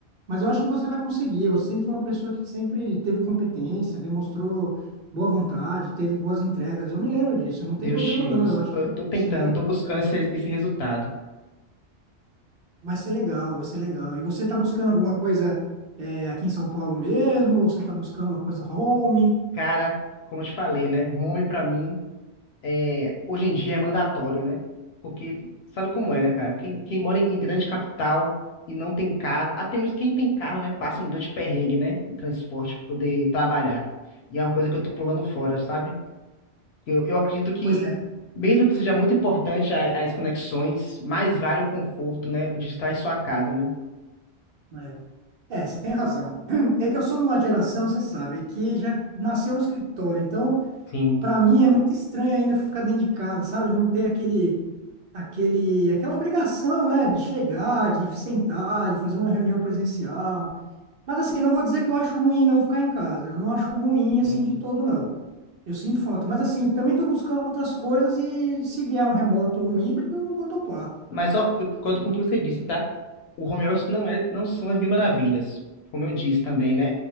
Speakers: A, on the right; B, on the left.
A: Mas eu acho que você vai conseguir. Você sempre foi uma pessoa que sempre teve competência, demonstrou boa vontade, teve boas entregas. Eu me lembro disso. Não tem
B: Deus
A: problema,
B: te
A: não.
B: ouça.
A: Eu acho
B: Tô,
A: que você
B: tô tentando,
A: consegue.
B: tô buscando esse, esse resultado.
A: Vai ser legal, vai ser legal. E você está buscando alguma coisa é, aqui em São Paulo mesmo? Ou você está buscando uma coisa home?
B: Cara, como eu te falei, né? Home pra mim, é, hoje em dia é mandatório, né? Porque sabe como é, né, cara? Quem, quem mora em, em grande capital e não tem carro, até mesmo quem tem carro, né, passa um grande perrengue, né? Em transporte pra poder trabalhar. E é uma coisa que eu tô pulando fora, sabe? Eu, eu acredito que,
A: Pois é,
B: mesmo que seja muito importante a- as conexões, mais vale o conforto, né? De estar em sua casa, né?
A: né? É, você tem razão. <clears throat> É que eu sou de uma geração, você sabe, que já nasceu no escritório. Então,
B: Sim.
A: para mim é muito estranho ainda ficar dentro de casa, sabe? Não ter aquele, aquele, aquela obrigação, né, de chegar, de sentar, de fazer uma reunião presencial. Mas assim, não vou dizer que eu acho ruim não ficar em casa. Eu não acho ruim assim
B: sim.
A: de todo, não. Eu sinto falta. Mas assim, também estou buscando outras coisas e se vier um remoto ou um híbrido, eu vou topar.
B: Mas ó, eu concordo com o que você disse, tá? O home office não é, não são as mil maravilhas, como eu disse também, né?